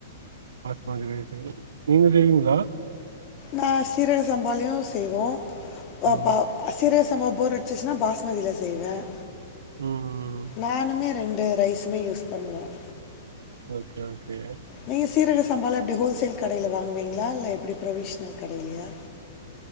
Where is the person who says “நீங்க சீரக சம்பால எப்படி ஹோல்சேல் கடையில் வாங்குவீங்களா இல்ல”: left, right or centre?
Left